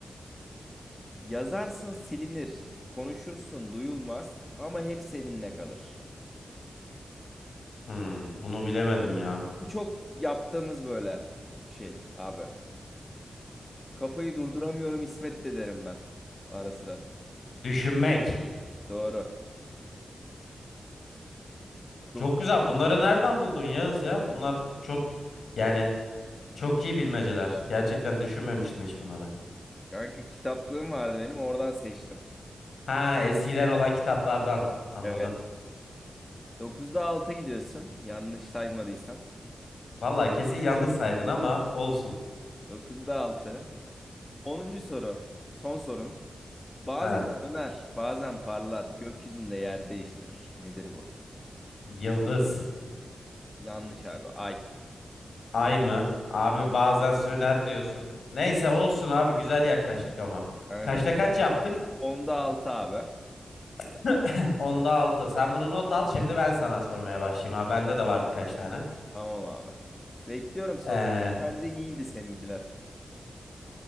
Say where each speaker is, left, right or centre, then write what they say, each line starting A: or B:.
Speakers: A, on the left; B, on the left.
A: Yazarsın silinir, konuşursun duyulmaz ama hep seninle kalır.
B: Hmm, bunu bilemedim ya.
A: Çok yaptığımız böyle bir şey abi. Kafayı durduramıyorum İsmet de derim ben ara sıra.
B: Düşünmek.
A: Doğru.
B: Çok
A: Dok
B: güzel. Bunları nereden buldun Yağız ya? Bunlar çok yani çok iyi bilmeceler. Gerçekten düşünmemiştim hiç bunları.
A: Kanka kitaplığım vardı benim oradan seçtim.
B: Ha eskiden olan kitaplardan anladım.
A: Evet. dokuzda 6 gidiyorsun yanlış saymadıysam.
B: Vallahi kesin yanlış saydın ama olsun.
A: dokuzda 6. Onuncu soru. Son sorun. Bazen
B: Evet.
A: söner, bazen parlar. Gökyüzünde yer değiştirir. Nedir bu?
B: Yıldız.
A: Yanlış abi. Ay.
B: Ay mı? Abi bazen söner diyorsun. Neyse olsun abi güzel yaklaştık ama.
A: Aynen.
B: Kaçta kaç yaptık?
A: Onda altı abi.
B: <coughs> <clears throat> Onda 6. Sen bunu not al şimdi ben sana sormaya başlayayım. Abi bende de var birkaç tane.
A: Tamam abi. Bekliyorum soruları.
B: Ee,
A: Bence iyiydi seninkiler.